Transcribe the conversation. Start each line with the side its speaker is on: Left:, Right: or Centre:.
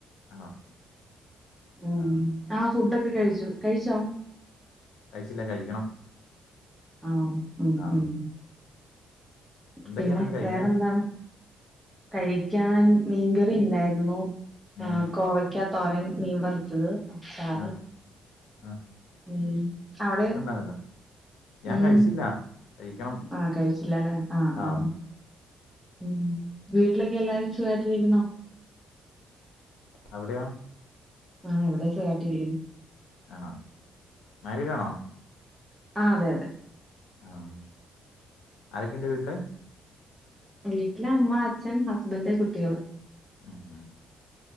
Left: ആണോ
Centre: <unintelligible>
Left: ആ
Centre: ആ ഫുഡ് കഴിച്ചു കഴിച്ചോ
Left: കഴിച്ചില്ല കഴിക്കണം
Centre: ആണോ <inaudible> ഉ
Left: ആ
Centre: ഉം
Left: എന്തൊക്കെയാണ്
Centre: പിന്നെ
Left: ഇന്ന് കഴിക്കാൻ
Centre: വേറെന്താണ് കഴിക്കാൻ മീൻകറി ഉണ്ടായിരുന്നു
Left: ഉം,
Centre: ആഹ കോവക്കാ തോരൻ മീൻ വറുത്തത് അ അത്
Left: ആ ആ
Centre: ഉം അവിടെ
Left: ഇത്ര ഉണ്ടായിരുന്നല്ലോ ഞാൻ
Centre: ഉം
Left: കഴിച്ചില്ല കഴിക്കണം
Centre: ആഹ കഴിച്ചില്ലല്ലെ ആഹ്
Left: ആ
Centre: ആഹ് ഉം വീട്ടിലൊക്കെ എല്ലാരും സുഖയിട്ടിരിക്കുന്നോ
Left: എവിടെയാാണ്
Centre: ആഹ എവിടെയാ സുഗായിട്ടിരിക്കുന്നു
Left: ആണോ മാരിഡാണോ
Centre: ആ അതെ അതെ
Left: ആഹ ആരൊക്കെ ഉണ്ട് വീട്ടില്
Centre: വീട്ടില അമ്മ അച്ഛൻ ഹസ്ബൻഡ കുട്ടികള്
Left: ഉം